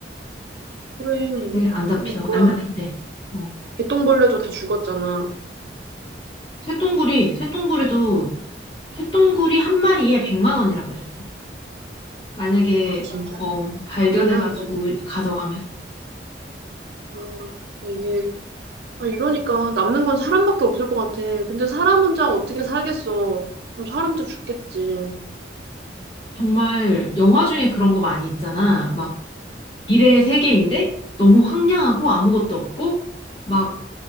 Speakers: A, on the right; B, on the left.
A: 그래.
B: 근데 안 잡혀
A: 그럼 뭐야.
B: 안 잡힌대. 어
A: 개똥벌레도 다 죽었잖아.
B: 쇠똥구리 쇠똥구리도
A: 어?
B: 쇠똥구리 한 마리에 100만 원이라고 그랬어. 만약에
A: 아, 진짜?
B: 어 발견해가지고
A: 잡으면?
B: 가져가면
A: 아, 이게, 아, 이러니까 남는 건 사람밖에 없을 것 같아. 근데 사람 혼자 어떻게 살겠어. 그럼 사람도 죽겠지.
B: 정말 영화 중에 그런 거 많이 있잖아. 막 미래의 세계인데 너무 황량하고 아무것도 없고 막